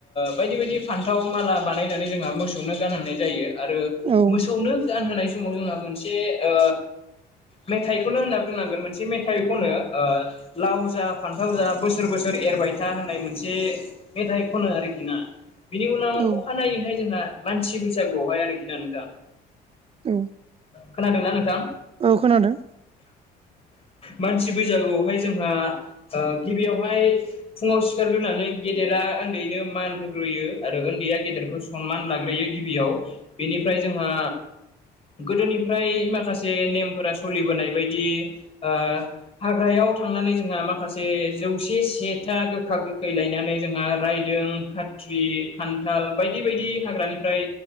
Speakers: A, on the left; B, on the right.
A: बायदि बायदि फान्थाव माला बानाय जों मोसौनो गानहोनाय जायो आरो
B: औ
A: मोसौनो गानहोनाय समाव जोंहा मोनसे ओ मेथाइखौनो होनना बुंनांगोन मोनसे मेथाइ खनो ओ लाव जा फान्थाव जा बोसोर बोसोर एरबाय था होननाय मोनसे मेथाइ खनो आरोखि ना। बिनि उनाव
B: औ
A: अखानायैहाय जोंहा मानसि बैसागुआवहाय आरोखि ना नोंथां
B: औ
A: खोनादोंना नोंथां?
B: औ खोनादों।
A: मानसि बैसागुआवहाय जोंहा गिबियावहाय फुङाव सिखारग्रोनानै गेदेरा उन्दैनो मान होग्रो यो आरो उन्दैया गेदेरखौ सनमान लाग्रोयो गिबियाव बेनिफ्राय जोंहा गोदोनिफ्राय माखासे नेमफोरा सोलिबोनाय बायदि ओ हाग्रायाव थांनानै जोंहा माखासे जौसे सेथा गोखा गोखै लायनानै जोंहा रायदों खा खान्थाल बायदि बायदि हाग्रानिफ्राय